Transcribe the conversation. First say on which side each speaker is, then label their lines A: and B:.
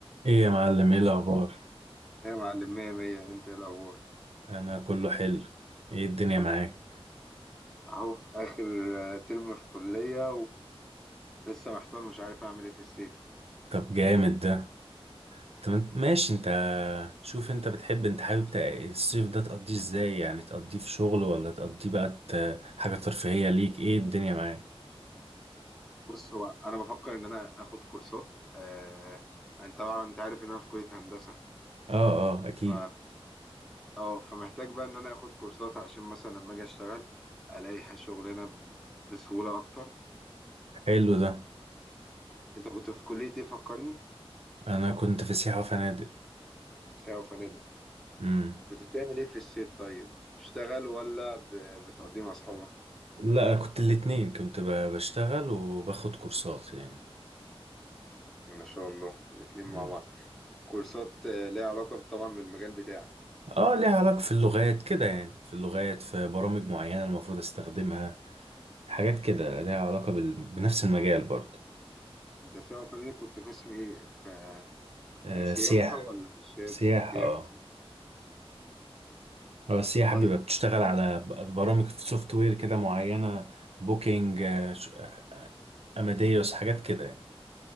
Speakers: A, on the right; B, in the centre.
A: ايه يا معلم ايه الاخبار
B: يا معلم مية مية انت ايه الاخبار
A: انا كله حلو ايه الدنيا
B: كله
A: معاك
B: اهو اخر آه، ترم في كلية ولسه محتار مش عارف اعمل ايه في الصيف
A: طب جامد ده طب انت- ماشي انت شوف انت بتحب انت حابب تق- الصيف ده تقضيه ازاي يعني تقضيه في شغل ولا تقضيه بقى ت- حاجة ترفيهية ليك ايه الدنيا معاك
B: بص هو انا بفكر ان انا اخد كورسات آه انت طبعا انت عارف ان انا في كلية هندسة
A: اه اه اكيد
B: ف اه فمحتاج بقى ان انا اخد كورسات عشان مثلا لما اجي اشتغل الاقي شغلانة ب- بسهولة اكتر
A: حلو ده
B: انت كنت في كلية ايه فكرني
A: انا كنت في سياحة وفنادق
B: ساعة وفنادق
A: امم
B: كنت بتعمل ايه في الصيف طيب كنت بتشتغل ولا ب- بتقضيه مع اصحابك
A: لا كنت الاتنين كنت ب- بشتغل وباخد كورسات يعني
B: ما شاء الله الاتنين
A: مم.
B: مع بعض كورسات آه، ليها علاقة طبعا بالمجال بتاعك
A: اه ليها علاقة في اللغات كده يعني في اللغات في برامج معينة المفروض استخدمها حاجات كده ليها علاقة بال... بنفس المجال برضه
B: انت سواء فني كنت قسم ايه ف
A: آه
B: آه، سياحة
A: سياحة
B: ولا ارشاد
A: سياحة
B: سياحة
A: اه
B: صح؟
A: هو السياحة
B: طيب
A: بيبقى بتشتغل على ب- برامج في سوفت وير كده معينة بوكينج آه ش- آه، أماديوس حاجات كده يعني